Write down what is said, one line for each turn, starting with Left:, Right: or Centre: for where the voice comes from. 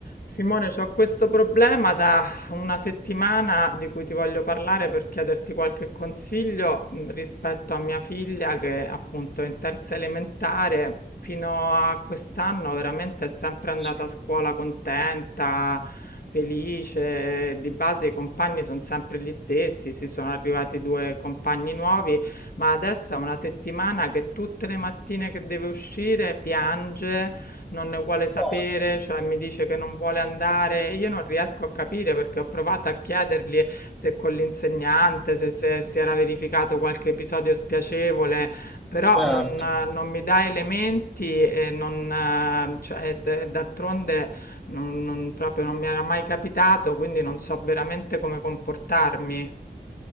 Left: Simone, ho questo problema da una settimana di cui ti voglio parlare per chiederti qualche consiglio mh, rispetto a mia figlia che appunto è in terza elementare. Fino a quest'anno veramente è sempre andata
Centre: Sì,
Left: a scuola contenta, felice. Di base i compagni sono sempre gli stessi, si sono arrivati due compagni nuovi, ma adesso è una settimana che tutte le mattine che deve uscire piange non ne vuole sapere,
Centre: porca miseria.
Left: cioè mi dice che non vuole andare. e Io non riesco a capire perché ho provato a chiedergli se con l'insegnante, se, se si era verificato qualche episodio spiacevole, però
Centre: Certo,
Left: non, eh, non mi dà elementi e non, eh, cioè, d- d'altronde non, non- proprio non mi era mai capitato, quindi non so veramente come comportarmi.